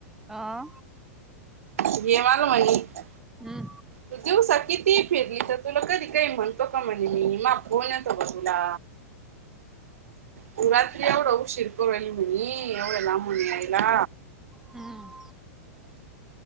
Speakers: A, in the centre; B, on the right.
A: आ
B: प्रेमानं म्हणीत,
A: हम्म
B: तू दिवसा कितीही फिरली तर तुला कधी काय म्हणतो का म्हणे मी? मा फोन येतो का तुला? तू रात्री एवढं उशीर करून राहिली म्हणी एवढ्या लांबून यायला
A: हम्म